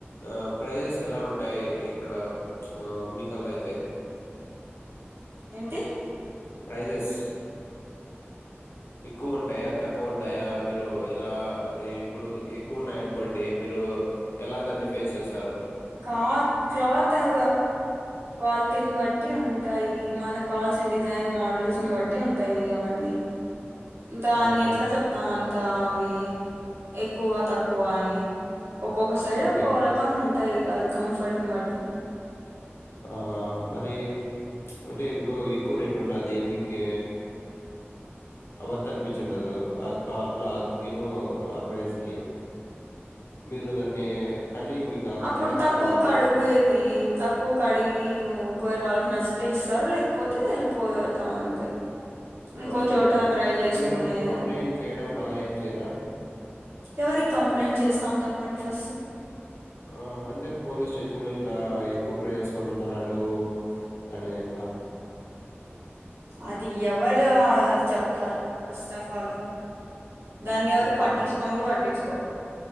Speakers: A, on the left (about 65°); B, on the right (about 70°).
A: ఆ ప్రైజెస్ ఎలా ఉంటాయి ఇక్కడ ప్చ్ ఆ మీకల్లయితే
B: ఏంటి
A: ప్రైజెస్ ఎక్కువ ఉంటాయా తక్కువ ఉంటాయా మీరు ఎలా ఇప్పుడు ఎక్కువ ఉన్నాయ అనుకోండి మీరు ఒ ఎలా దాన్ని ఫేస్ చేస్తారు
B: కార్ క్లాత్ ఆ క్వాలిటీని బట్టి ఉంటాయి మనక్ కాల్స్ డిజైన్ మోడల్స్ ని బట్టి ఉంటాయి అవన్నీ దాన్ని
A: ఆహా
B: ఎట్ల చెప్తాం అంత అవి ఎక్కువ తక్కువ అని ఒక్కొక్క సైడ్
A: ఓకే
B: ఒక్కొ రకంగా ఉంటాయి అది కంఫర్ట్ని బట్టి
A: ఆ మరి ప్చ్ అంటే ఇప్పుడు ఎక్కువ రేట్ ఉంటుది మికి ఆ వర్త్ అనిపిచుండదు ఆ క్లాత్ కిను ఆ ప్రైజ్ కి మీరు దాన్ని కానీ మీకు ఆ
B: అప్పుడు
A: ప్రోడక్ట్
B: తక్కువకు
A: కావాలి
B: అడుగేది తక్కువ కడిగి ఒకవేళ వాళ్ళకి నచ్చితే ఇస్తారు లేకపోతే వెళ్ళిపోతాం అంతే ఇంకో
A: ఓకే
B: చోట ట్రై చేసుకునే
A: మీరు కంప్లైంట్ చేయడం అలా ఏం చేయరా
B: ఎవరికి కంప్లైంట్ చేస్తాం చెప్పండి ఫస్ట్
A: ఆ అంటే పోలీస్ స్టేషన్ లో ఇట్లా ఎక్కువ ప్రవస్ పమ్ముతున్నాడు అనే అ
B: అది ఎవరు చెప్తారు ఫస్ట్ ఆఫ్ ఆల్ దాన్ని ఎవరు
A: ఓకే
B: పట్టించుకోని కూడా పట్టించుకోరు